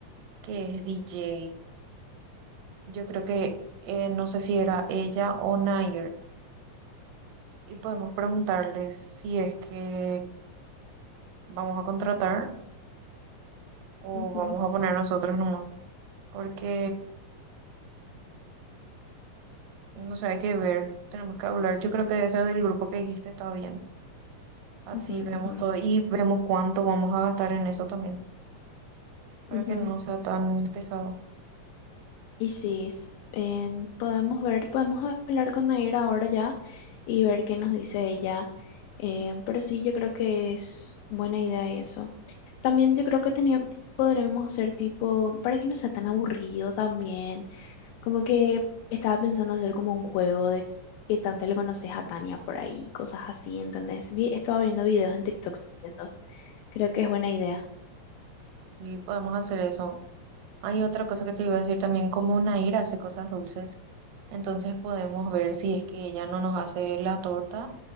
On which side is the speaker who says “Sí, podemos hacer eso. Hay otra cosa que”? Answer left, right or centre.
Right